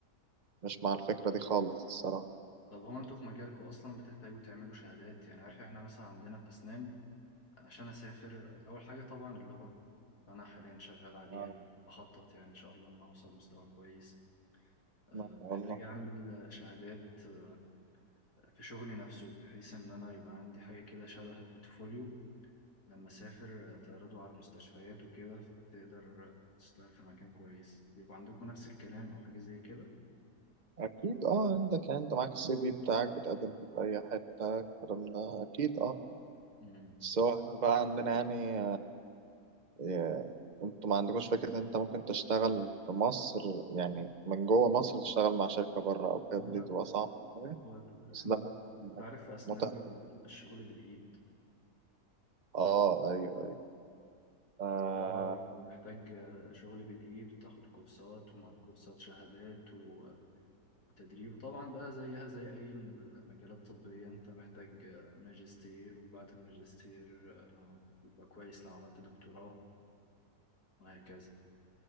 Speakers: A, on the right; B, on the left.
A: مش مع الفكرة دي خالص الصراحة
B: طب هو انتوا في مجالكم أصلا بتحتاجوا تعملوا شهادات يعني عارف احنا مثلا عندنا في أسنان عشان أسافر أول حاجة طبعا اللغة فأنا حاليا شغال عليها
A: آه،
B: بخطط يعني إن شاء الله إن أنا أوصل مستوى كويس آه،
A: ما
B: محتاج
A: شاء الله
B: أعمل آه، شهادات آه، في شغلي نفسه بحيث إن أنا يبقى عندي حاجة كده شبه البورتفوليو لما اسافر تعرضوا على المستشفيات وكده فتقدر تشتغل في مكان كويس بيبقى عندكم نفس الكلام او حاجه زي كده
A: اكيد اه عندك يعني انت معاك السي في بتاعك بتقدم فيه في اي حتة الكلام ده اكيد اه
B: مم.
A: سواء احنا بقى عندنا يعني إيه، انتوا ما عندكوش فكرة ان انت ممكن تشتغل في مصر يعني من جوه مصر تشتغل مع شركة بره او كده
B: لا
A: دي تبقى صعبة
B: هو ال- احنا
A: بس ده م-
B: انت عارف في اسنان
A: متعب
B: بيبقى الشغل بالايد
A: اه ايوه ايوه آه
B: الموضوع محتاج آه، شغل بالايد وتاخد كورسات ومع الكورسات شهادات و- وتدريب وطبعا بقى زيها زي اي المجالات الطبيه انت محتاج آه، ماجستير وبعد الماجستير آه، لو- يبقى كويس لو عملت دكتوراه وهكذا